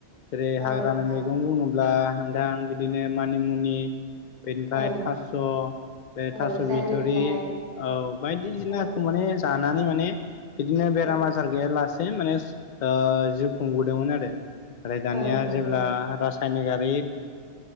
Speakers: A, on the left; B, on the right.
A: जेरै
B: औ
A: हाग्रानि
B: नोंथां
A: मैगं बुङोब्ला बुंब्ला नोंथां बिदिनो मानिमुनि बेनिफ्राय
B: औ
A: थास' बे
B: औ
A: थास'
B: जारि
A: बिथुरि
B: बिलाइ
A: औ बायदिसिनाखौ
B: औ
A: माने जानानै माने बिदिनो बेराम
B: औ
A: आजार गैयालासे माने जिउ खुंबोदोंमोन आरो आरो दानिया
B: औ नंगौ
A: जेब्ला रासायनिकारि <unintelligible>